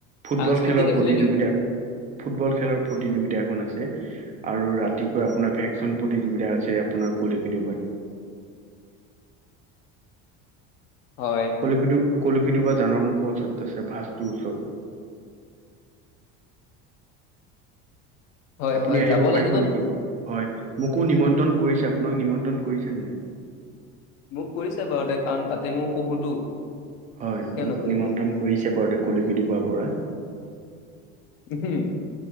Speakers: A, on the right; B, on the left.
A: ফুটবল
B: সাংস্কৃতিক
A: খেলৰ প্ৰতিযোগিতা,
B: আছিলে নেকি?
A: ফুটবল খেলৰ প্ৰতিযোগিতা এখন আছে। আৰু ৰাতিকৈ আপোনাৰ ভেকচন প্ৰতিযোগিতা আছে, আপোনাৰ <unintelligible>
B: হয়
A: কলিকেটো-কলি সেইটো বাও জানৰ মুখৰ ওচৰত আছে ভাঁজটোৰ ওচৰত।
B: হয়
A: আপুনি
B: হয়
A: আহিব
B: যাব
A: পাৰিব
B: লাগিব
A: নেকি হয় মোক কো নিমন্ত্ৰণ কৰিছে আপোনাক নিমন্ত্ৰণ কৰিছে নে নাই?
B: মোক কৰিছে বাৰতে কাৰণ তাতে ময়ও পঢ়োতো।
A: হয়
B: কিয়
A: মোক
B: নকৰিব
A: নিমন্ত্ৰণ কৰিছে বাৰু তে কলিকি দিব পৰা।
B: উম, হম।